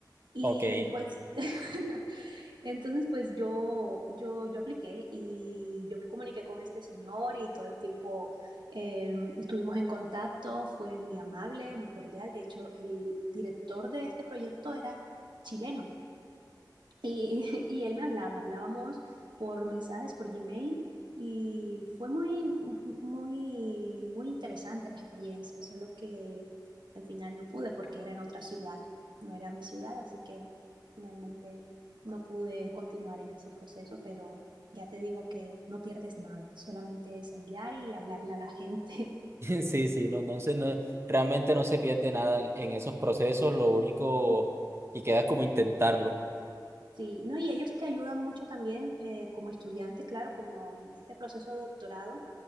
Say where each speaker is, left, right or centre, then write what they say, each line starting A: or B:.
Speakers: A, on the right (about 80°); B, on the right (about 35°).
A: Y
B: Ok. <laughs>
A: pues <laughs> Entonces, pues yo, yo, yo apliqué y yo me comuniqué con este señor y todo el tiempo eh, estuvimos en contacto, fue muy amable, muy cordial. De hecho, el director de este proyecto era chileno. Y, <laughs> y él me hablaba, hablábamos por mensajes, por Gmail, y fue muy, mu- muy, muy interesante la experiencia, solo que al final no pude porque era en otra ciudad, no era mi ciudad, así que finalmente no pude continuar en ese proceso, pero ya te digo que no pierdes nada, solamente es enviar y hablarle a la gente. <laughs>
B: Sí, sí, no, entonces no, realmente no se pierde nada en en esos procesos, lo único que queda es como intentarlo.
A: Sí, no, y ellos te ayudan mucho también eh, como estudiante, claro, como en este proceso de doctorado